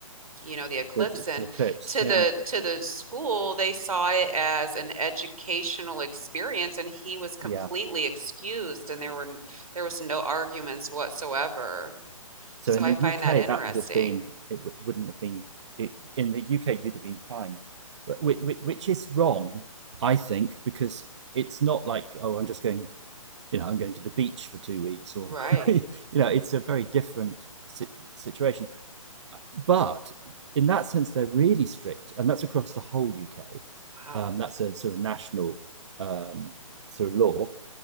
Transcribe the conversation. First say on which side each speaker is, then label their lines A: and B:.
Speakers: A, on the right; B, on the right.
A: you know the eclipse
B: the, the,
A: and
B: the eclipse,
A: to
B: yeah,
A: the to the school they saw it as an educational experience and he was completely
B: yeah.
A: excused and there were there was no arguments whatsoever
B: So
A: so
B: in
A: i
B: the
A: find
B: UK,
A: that interesting
B: that would have been it w- wouldn't have been it, in the UK. You'd have been fined, Wh- which is wrong, I think, because it's not like oh, I'm just going. You know, I'm going to the beach for two weeks, or
A: right
B: <laughs> you know, it's a very different si- situation. But in that sense, they're really strict, and that's across the whole UK.
A: wow
B: Um, that's a sort of national um, sort of law.